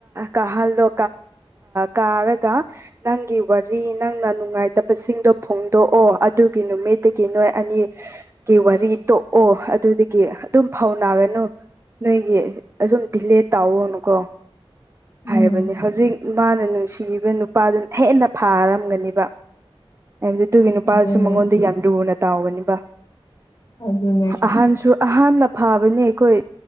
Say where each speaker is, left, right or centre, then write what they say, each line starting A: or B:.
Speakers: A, on the right; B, on the left.
A: ꯀꯥꯍꯜꯂꯣ ꯀꯥꯔꯒ ꯅꯪꯒꯤ ꯋꯥꯔꯤ ꯅꯪꯅ ꯅꯨꯡꯉꯥꯏꯇꯕꯁꯤꯡꯗꯣ ꯐꯣꯡꯗꯣꯛꯑꯣ ꯑꯗꯨꯒꯤ ꯅꯨꯃꯤꯠꯇꯒꯤ ꯅꯣꯏ ꯑꯅꯤ ꯒꯤ ꯋꯥꯔꯤ ꯇꯣꯛꯑꯣ ꯑꯗꯨꯗꯒꯤ ꯑꯗꯨꯝ ꯐꯧ ꯅꯥꯒꯅꯨ ꯅꯣꯏꯒꯤ ꯑꯗꯨꯝ ꯗꯤꯂꯦ ꯇꯥꯎꯋꯅꯨꯀꯣ
B: ꯎꯝ
A: ꯍꯥꯏꯕꯅꯤ ꯍꯧꯖꯤꯛ ꯃꯥꯅ ꯅꯨꯡꯁꯤꯕ ꯅꯨꯄꯥꯗꯨꯅ ꯍꯦꯟꯅ ꯐꯥꯔꯝꯒꯅꯦꯕ ꯍꯥꯏꯕꯗꯤ ꯇꯨꯒꯤ ꯅꯨꯄꯥꯁꯨ
B: ꯑꯗꯨꯅꯦ
A: ꯃꯉꯣꯟꯗ ꯌꯥꯝ ꯂꯨꯅ ꯇꯥꯎꯒꯅꯤꯕ
B: ꯑꯗꯨꯅꯦ
A: ꯑꯍꯥꯟꯁꯨ ꯑꯍꯟꯅ ꯐꯥꯕꯅꯦ ꯑꯩꯈꯣꯏ